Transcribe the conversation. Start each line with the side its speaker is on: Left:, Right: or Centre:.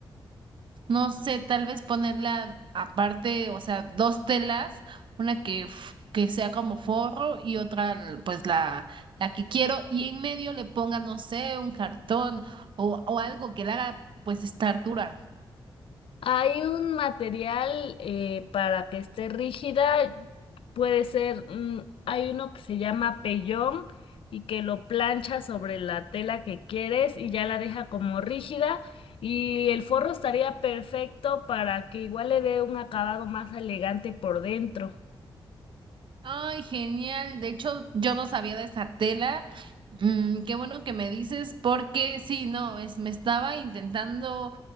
Right: No sé, tal vez ponerla aparte, o sea, dos telas, una que, f- que sea como forro y otra pues la, la que quiero y en medio le ponga, no sé, un cartón o, o algo que la haga pues estar dura.
Left: Hay un material eh, para que esté rígida, puede ser, mm, hay uno que se llama pellón y que lo plancha sobre la tela que quieres y ya la deja como rígida y el forro estaría perfecto para que igual le dé un acabado más elegante por dentro.
Right: Ay, genial. De hecho, yo no sabía de esa tela. Mm, qué bueno que me dices, porque sí, no, es, me estaba intentando,